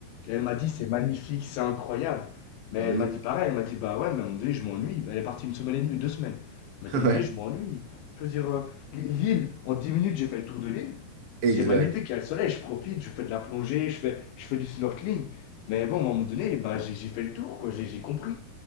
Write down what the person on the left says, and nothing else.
Et elle m'a dit, c'est magnifique, c'est incroyable. Mais
elle
m'a dit pareil, elle m'a dit, bah ouais, mais à un moment donné, je m'ennuie. Bah, Elle est partie une semaine et demie, deux semaines. Elle m'a
dit,
à un moment donné, je m'ennuie. Je veux dire, euh, l'île, en 10 minutes, j'ai fait le tour de l'île.
C'est magnifique, il y a le soleil, je profite, je fais de la plongée, je fais, je fais du snorkeling. Mais bon, à un moment donné, bah, j'ai j'ai fait le tour, quoi, j'ai j'ai compris.